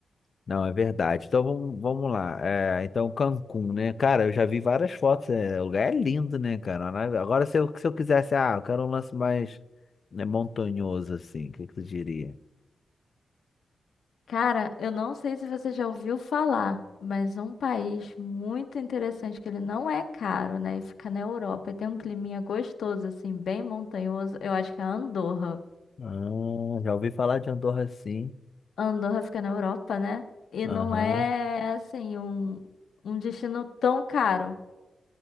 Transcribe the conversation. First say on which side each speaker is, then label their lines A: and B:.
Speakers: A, on the left; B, on the left.
A: não, é verdade. Então vamos, vamos lá. É, então Cancún, né? Cara, eu já vi várias fotos. é, o lugar é lindo, né, cara? Na- Agora, se eu, se eu quisesse, ah, eu quero um lance mais, né, montanhoso, assim, o que que tu diria?
B: Cara, eu não sei se você já ouviu falar, mas um país muito interessante, que ele não é caro, né? E fica na Europa e tem um climinha gostoso, assim, bem montanhoso. Eu acho que é Andorra.
A: Ah, já ouvi falar de Andorra, sim.
B: Andorra fica na Europa, né? E
A: Aham.
B: não é, assim, um, um destino tão caro.